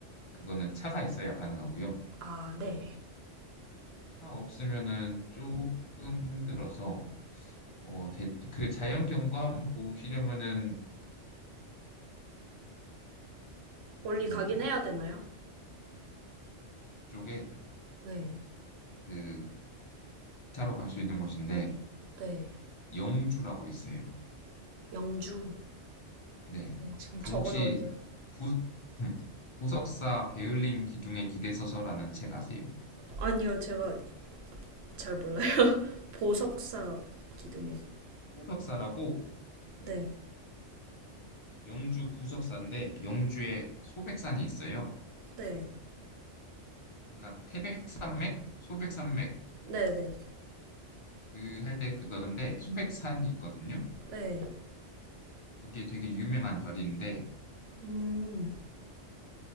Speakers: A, on the left; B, on the right.
A: 그거는 차가 있어야 가능하고요.
B: 아, 네.
A: 차 없으면은 조금 힘들어서 어, 대, 그 자연 경관 보시려면은 저기
B: 멀리 가긴 해야 되나요?
A: 쪽에
B: 네.
A: 그 차로 갈 수 있는 곳인데
B: 네.
A: 영주라고 있어요.
B: 영주.
A: 네.
B: 네, 지금
A: 그
B: 적어
A: 혹시
B: 놓을게요.
A: 부, <laughs> 부석사 배울림 기둥에 기대 서서라는 책 아세요?
B: 아니요, 제가 잘 몰라요. <laughs> 보석사 기둥이
A: 부석사라고
B: 네.
A: 영주 부석사인데 영주에 소백산이 있어요.
B: 네.
A: 그러니까 태백산맥, 소백산맥
B: 네, 네.
A: 그 할 때 그건데 소백산이 있거든요.
B: 네.
A: 거기에 되게 유명한 절인데
B: 음.